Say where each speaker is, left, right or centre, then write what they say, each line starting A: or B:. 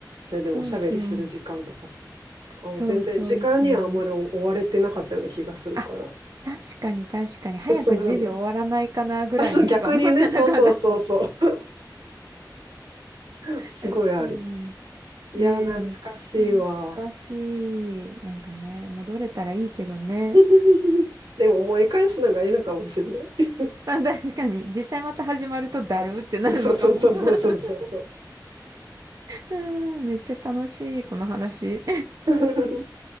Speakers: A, on the right; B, on the right.
A: それでもおしゃべりする時間とかさ、
B: そうそう。
A: あ全然時間にはあんまり追われてなかったような気がするから、
B: そうそうそう。あ、確かに確かに。
A: <laughs>
B: 早く授業終わらないかなぐらいにしか思ってなかった。
A: そんなことない。あ、そう、逆にね。そうそうそうそう。<laughs>
B: <laughs>
A: すごいある。
B: 確かに。
A: いや、
B: ねえ、
A: 懐かしいわ。
B: めっちゃ懐かしい。なんかね、戻れたらいいけどね。
A: <laughs> でも思い返すのがいいのかもしれない。
B: まあ確かに、実際また始まるとだるってなるのかも。
A: <laughs> そうそうそうそうそうそうそう。
B: <laughs> うんめっちゃ楽しい、この話。
A: <laughs>